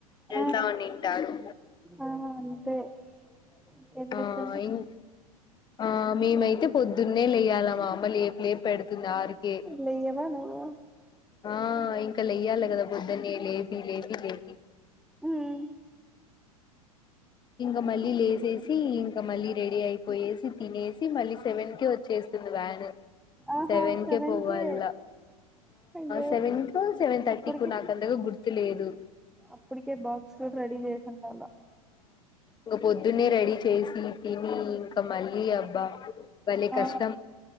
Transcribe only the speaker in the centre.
ఆ ఆ అంతే ఇంకెందుకని
లేవా నువ్వు
ఉమ్
ఆహా
కే అయ్యో
అప్పుటికి
అప్పటికే బాక్స్ కూడా రెడీ చేసుండాల
ఆ